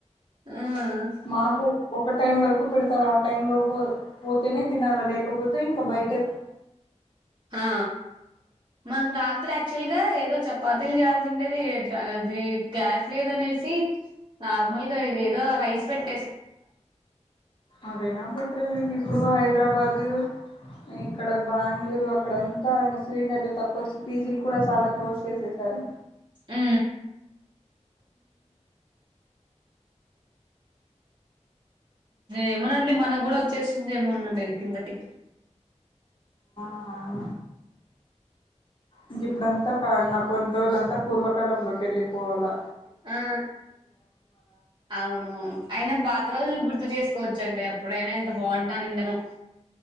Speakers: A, on the right; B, on the left.
A: ఉమ్
B: మాకు ఒక టైం వరకు పెడతారు ఆ టైం లోపు పోతేనే తినాలా లేకపోతే ఇంకా బయటే
A: హా మాకు రాత్రి యాక్చువల్ గా ఏదో చపాతీలు చేయాల్సి ఉండేది ఎట్లా అది గ్యాస్ లేదనేసి నార్మల్ గా ఇది ఏదో రైస్ పెట్
B: అదైనా బెట్రే లేండి ఇప్పుడు హైదరాబాదు ఇక్కడ బాంగళూరు అక్కడంతా ఇంగ సిలిండర్లు తక్కువ వచ్చి పీజీలు కూడా చాలా క్లోజ్ చేసేసారు
A: అ ఏమోనండి మన గూడొ చేస్తుంది ఏమో నండి అది కిందకి
B: ఆహ ఇంక ఇప్పుడంతా నా కొన్ని రోజులంతా పూర్వకాలంలోకి వెళ్ళిపోవాలా
A: ఆ అవును అయిన పాత రోజులు గుర్తు చేసుకోవచ్చండి అప్పుడైనా ఎంత బాగుంటాన్నిండ నొ